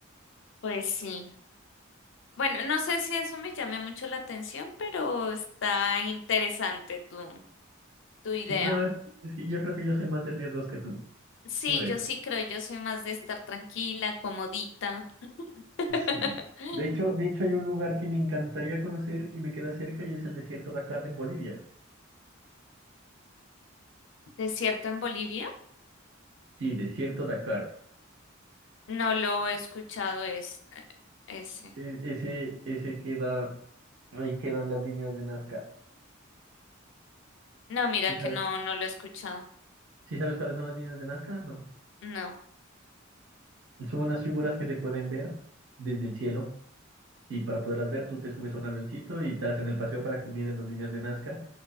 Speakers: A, on the left (about 65°); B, on the right (about 65°).
A: Pues sí. Bueno, no sé si eso me llame mucho la atención, pero está interesante tu, tu idea.
B: Sí, no, es- es que yo creo que yo soy más de riesgos que tú,
A: Sí,
B: por eso.
A: yo sí creo, yo soy más de estar tranquila, comodita. <laughs>
B: Sí. De hecho, de hecho, hay un lugar que me encantaría conocer y me queda cerca y es el desierto Dakar en Bolivia.
A: ¿Desierto en Bolivia?
B: Sí, desierto Dakar.
A: No lo he escuchado es, eh, ese.
B: E- ese, ese queda, ahí quedan las líneas de Nazca.
A: No, mira
B: ¿Sí
A: que
B: sabes?
A: no, no lo he escuchado.
B: ¿Sí sabes cuáles son las líneas de Nazca? No.
A: No.
B: Son unas figuras que se pueden ver desde el cielo. Y para poderlas ver, tú te subes a un avioncito y te hacen el paseo para que mires las líneas de Nazca.